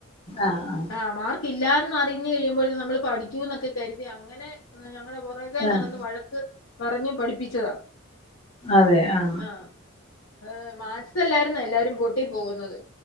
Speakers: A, on the left; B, on the left.
A: ആഹ്
B: ആ മാർ ക്കില്ലാന്ന് അറിഞ്ഞ് കഴിയുമ്പോഴും നമ്മള് പഠിക്കൂന്നൊക്കെ കരുതി അങ്ങനെ ഞങ്ങളെ പൊറേ കേ
A: ആഹ്
B: നടന്ന് വഴക്ക് പറഞ്ഞ് പഠിപ്പിച്ചതാ
A: അതെ ആ
B: ആ ഏ മാക്സ് അല്ലായിരുന്നോ എല്ലാരും പൊട്ടി പോകുന്നത്